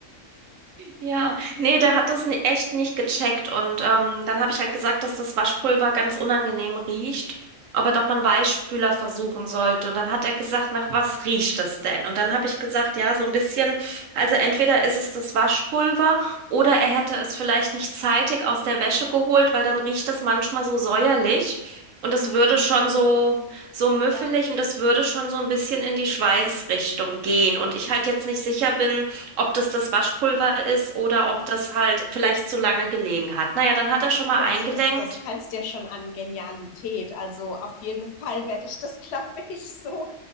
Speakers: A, on the right; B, on the left.
A: Ja, nee, der hat das ni- echt nicht gecheckt und ähm, dann habe ich halt gesagt, dass das Waschpulver ganz unangenehm riecht, ob er doch mal einen Weichspüler versuchen sollte. Und dann hat er gesagt, nach was riecht es denn? Und dann habe ich gesagt, ja, so ein bisschen, also entweder ist es das Waschpulver oder er hätte es vielleicht nicht zeitig aus der Wäsche geholt, weil dann riecht es manchmal so säuerlich und
B: So,
A: es würde
B: so
A: schon
B: müffelig.
A: so so müffelig
B: Ja,
A: und das würde schon so ein bisschen in die Schweißrichtung gehen. Und ich halt jetzt nicht sicher bin, ob das das Waschpulver ist oder
B: ja.
A: ob das halt vielleicht zu lange gelegen hat. Naja, dann hat er schon mal
B: Du,
A: eingelenkt.
B: also das, das grenzt ja schon an Genialität. Also auf jeden Fall werde ich das, <laughs> glaube ich, so